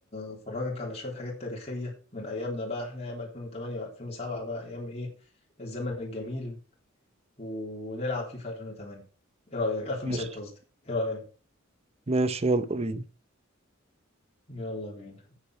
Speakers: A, on the left; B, on the right.
A: افرجك على شوية حاجات تاريخية من أيامنا بقى احنا أيام 2008 و2007 بقى أيام إيه الزمن الجميل ونلعب فيه في 2008 إيه رأيك 2006
B: ماشي
A: قصدي إيه رأيك
B: ماشي يلا بينا
A: يلا بينا